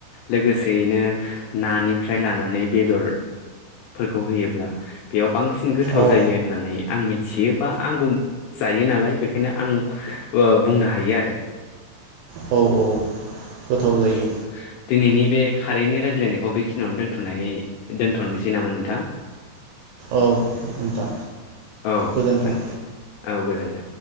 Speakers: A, on the left; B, on the right.
A: लोगोसेयैनो नानिफ्राय लानानै बेदरफोरखौ होयोब्ला बेयाव बांसिन गोथाव
B: औ
A: जायो होननानै आं मि थियो बा आंबो जायो नालाय बेखायनो आं ओ बुंनो हायो आरो
B: औ औ गोथाव जायो
A: औ दिनैनि बे खारैनि रायज्लायनायखौ बेखिनियावनो दोनथ' दोनथ'नोसै नामा नोंथां
B: औ नोंथां
A: औ
B: गोजोन्थों
A: जागोन दे। औ गोजोन्थों।